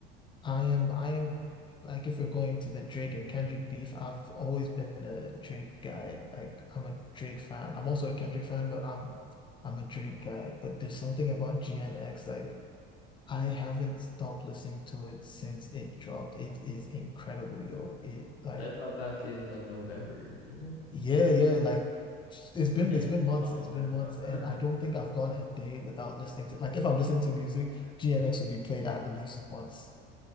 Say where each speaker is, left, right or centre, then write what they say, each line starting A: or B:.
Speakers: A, on the left; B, on the left.
A: I am, I am like if we're going to the Drake and Kendrick beef, I've always been a Drake guy. Like I'm a Drake fan. I'm also a Kendrick fan, but I'm I'm a Drake guy. But there's something about GNX, like I haven't stopped listening to it since it dropped. It is incredible, yo. It like
B: That dropped back in like November, didn't it?
A: yeah,
B: November.
A: yeah, like it's been
B: Yeah,
A: it's been
B: still
A: months,
B: bumping
A: it's been
B: that,
A: months, and
B: huh?
A: I don't think I've gone a day without listening to like if I'm listening to music, GNX will be played at least once.